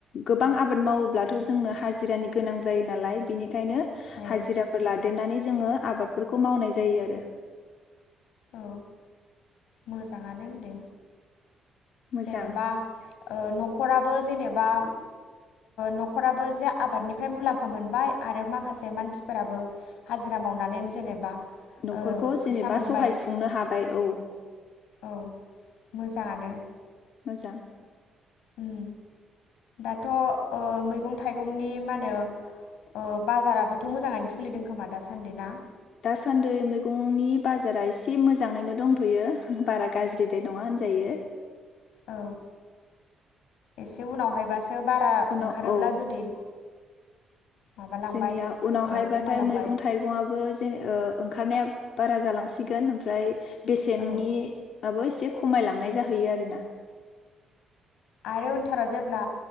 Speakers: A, on the left; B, on the left.
A: गोबां आबाद मावोब्लाथ जोंनो हाजिरानि गोनां जायो नालाय बिनि खायनो
B: औ
A: हाजिराफोर लादेरनानै जोङो आबादफोर खौ मावनाय जायो आरो।
B: औ मोजाङानो होनदो
A: मोजां
B: जेनेबा ओ‌ न'खरा बो जेनेबा न'खराबो जे आबादनिफ्राय मुलाम्फा मोनबाय आरो माखासे मानसिफोराबो हाजिरा मावनानै जेनेबा
A: न'खरखौ
B: ओ फैसा
A: जेनेबा
B: मोनबाय
A: सहाय सुंनो हाबाय औ
B: औ मोजाङानो
A: मोजां
B: उम दाथ' ओ‌ मैगं थाइगंनि मा होनो ओ बाजाराबोथ' मोजाङैनो सोलिदों खोमा दासान्दि ना?
A: दासान्दि मैगंनि बाजारा एसे मोजाङैनो दंथ'यो बारा गाज्रिदाय नङा होनजायो
B: औ एसे उनावहाय बास बारा
A: उनाव
B: ओंखारोब्ला
A: औ
B: जुदि माबालांबाय
A: जोंनिया उनावहायबाथाय
B: ओ खमायलांबाय
A: मैगं थाइगंआबो जेन ओंखारनाया बारा जालांसिगोन ओमफ्राय बेसेननि
B: औ
A: आबो एसे खमायलांनाय जाहैयो आरोना
B: आरो उनथाराव जेब्ला